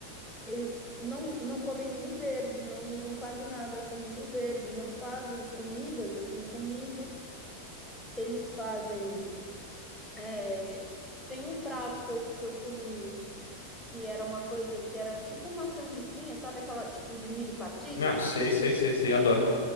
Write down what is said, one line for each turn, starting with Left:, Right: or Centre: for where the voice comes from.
Centre: Eles não, não comem milho verde, não usam quase nada com milho verde, não fazem comidas assim com milho. Eles fazem. é, Tem um prato que eu, que eu comi que era uma coisa que era tipo uma canjiquinha, sabe aquela tipo de milho partido?
Left: Não, sei, sei, sei, sei, adoro.